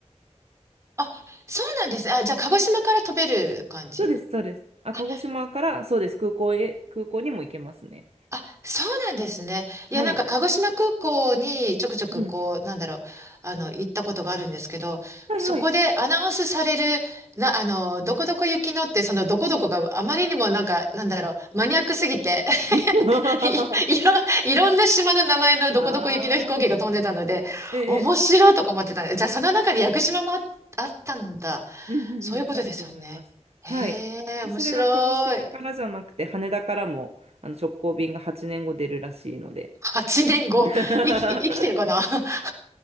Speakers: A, on the right; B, on the right.
A: あ、そうなんですね。あ、じゃあ、鹿児島から飛べる感じ
B: そうです、そうです。あ、
A: あ、
B: 鹿児島から、そうです、空港へ、空港にも行けますね。
A: あ、そうなんですね。いや、
B: はい。
A: なんか、鹿児島空港にちょくちょく、
B: うん。
A: こう、なんだろう、あの、行ったことがあるんですけど、
B: はいはい。
A: そこでアナウンスされる、な、あの、どこどこ行きのって、その、どこどこがあまりにもなんか、なんだろう、マニアックすぎて、<laughs>
B: <laughs>
A: い、いろ、いろんな島の名前のどこどこ行きの飛行機が飛んでたので、
B: ああ、ええ、
A: 面白いとか思ってた。じゃあ、その中で屋久島もあ、あったんだ。
B: うんうんうん、
A: そういうことですよね。
B: あると思います。
A: へえ、
B: はい。でそれが鹿児島からじゃなくて、
A: 面白い。
B: 羽田からもあの直行便が8年後出るらしいので、
A: 8年後、
B: <laughs>
A: 生き、生きてるかな <laughs>